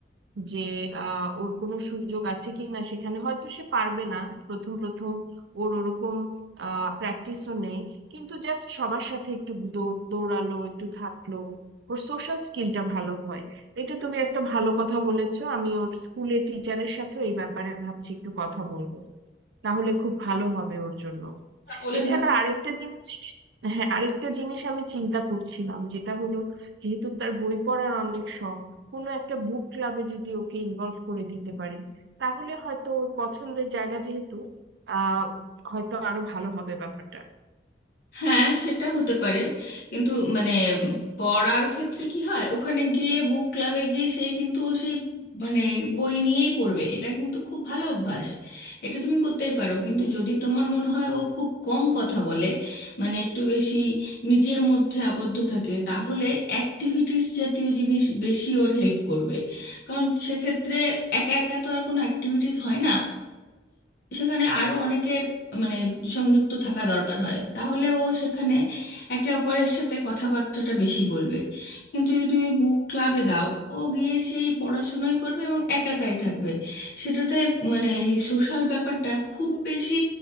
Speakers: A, on the right (about 75°); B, on the left (about 55°).
A: যে আহ, ওর কোনো সুযোগ আছে কি না সেখানে হয়তো সে পারবে না প্রথম প্রথম ওর ওরকম প্র্যাকটিসও নেই কিন্তু জাস্ট সবার সাথে একটু দৌড়- দৌড়ালো একটু থাকলো ওর সোশ্যাল স্কিলটা ভালো হয় এটা তুমি একটা ভালো কথা বলেছো আমি ওর স্কুলের টিচারের সাথেও এই ব্যাপারে ভাবছি একটু কথা বলবো তাহলে খুব ভালো হবে ওর জন্য
B: তা বলে
A: এছাড়া আরেকটা জিনিস হ্যাঁ আরেকটা জিনিস আমি চিন্তা করছিলাম যেটা হলো যেহেতু তার বই পড়ার অনেক শখ কোনো একটা বুক ক্লাবে যদি ওকে ইনভলভ করে দিতে পারি তাহলে হয়তো ওর পছন্দের জায়গা যেহেতু আহ হয়তো আরো ভালো হবে ব্যাপারটা
B: হ্যাঁ সেটা হতে পারে কিন্তু মানে পড়ার ক্ষেত্রে কি হয় ওখানে গিয়ে বুক ক্লাবে গিয়ে সেই কিন্তু ও সেই মানে বই নিয়েই পড়বে এটা কিন্তু খুব ভালো অভ্যাস এটা তুমি করতেই পারো কিন্তু যদি তোমার মনে হয় ও খুব কম কথা বলে মানে একটু বেশি নিজের মধ্যে আবদ্ধ থাকে তাহলে অ্যাক্টিভিটিস জাতীয় জিনিস বেশি ওর হেল্প করবে কারণ সেক্ষেত্রে একা একা তো আর কোনো অ্যাক্টিভিটিস হয় না সেখানে আরো অনেকের মানে সংযুক্ত থাকা দরকার হয় তাহলে ও সেখানে একে অপরের সাথে কথাবার্তাটা বেশি বলবে কিন্তু যদি তুমি বুক ক্লাবে দাও ও গিয়ে সেই পড়াশুনোই করবে এবং একা একাই থাকবে সেটাতে মানে এই সোশ্যাল ব্যাপারটা খুব বেশি